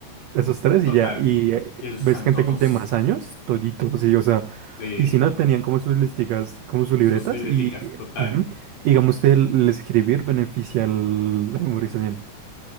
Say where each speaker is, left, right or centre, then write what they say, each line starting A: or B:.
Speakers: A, on the right; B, on the left.
A: Esos tres
B: total.
A: y ya, y eh,
B: Y ellos
A: ves
B: lo saben
A: gente
B: todos.
A: con- de más años, toditos, sí, o sea,
B: Sí,
A: y si no, tenían como sus listicas, como sus
B: sus
A: libretas,
B: libreticas,
A: y
B: total.
A: ujú, digamos que el, el escribir beneficia el- la memorización,